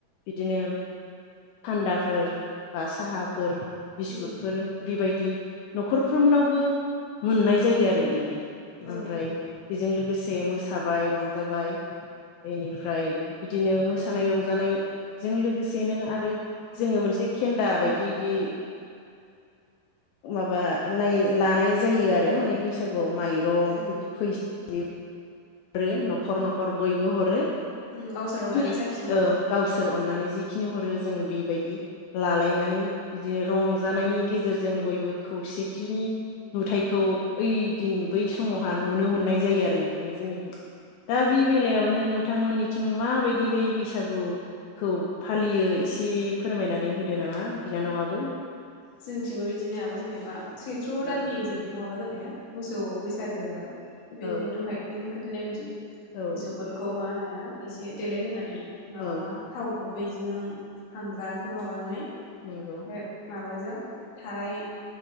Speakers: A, on the left; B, on the left.
A: बिदिनो थान्दाफोर बा साहाफोर बिस्कुटफोर
B: उम
A: बेबायदि न'खरफ्रोमनावबो मोननाय जायो आरो बिदि।
B: औ
A: ओमफ्राय बेजों गोसे मोसाबाय रंजाबाय बेनिफ्राय बिदिनो मोसानाय रंजानाय जों लोगोसेनो आरो जोङो मोनसे केेन्दा बायदि बिदि माबा लाय लानाय जायो आरो माने बैसागु गुआव माइरं
B: उम
A: बिदि फै <unintelligible> हरो न'खर न'खर बयबो हरो
B: उम गावसोर अननानै
A: <unintelligible>
B: जाखिनि हरो
A: औ गावसोर अननानै जि खिनि हरो जों बेबायदि लालायनानै बिदिनो रंजानायनि गेजेरजों बयबो खौसेथिनि नुथायखौ ओइदिन बै समावहा नुनो मोननाय जायो आरो नोंथां जोंनि <unintelligible> दा
B: उम
A: बे बेलायावनो नों थांमोननिथिं माबायदिहै बैसागुखौ फालियो एसे फोरमायनानै होदो नामा बिनानावआबो
B: जोंथिंबो बिदिनो आबौ जेनेबा सैथ्र'
A: औ
B: दाननि जोबनायाव माबा जाब <unintelligible> मोसौ बैसागो जाबाय बेदिनो
A: औ
B: दहाय नों खोन्थानाय बायदि
A: औ
B: मोसौफोरखौ मा होनो एसे देलायहोनानै माबा
A: औ
B: थावखौ बैजों हांगारफोर माबानानै <inaudible>
A: नंगौ
B: बे माबा जों थाराइ